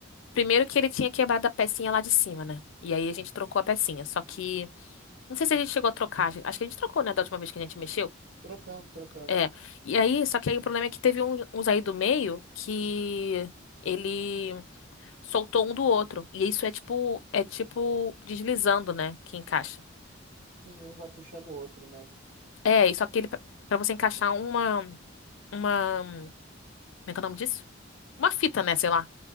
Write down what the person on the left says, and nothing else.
primeiro que ele tinha quebrado a pecinha lá de cima, né? E aí a gente trocou a pecinha. Só que. Não sei se a gente chegou a trocar. Acho que a gente trocou, né, da última vez que a gente mexeu.
É. E aí, só que aí o problema é que teve um- uns aí do meio que ele soltou um do outro. E isso é tipo, é tipo deslizando, né? Que encaixa.
É, e só que ele, pra você encaixar uma, uma, como é que é o nome disso? Uma fita, né? Sei lá.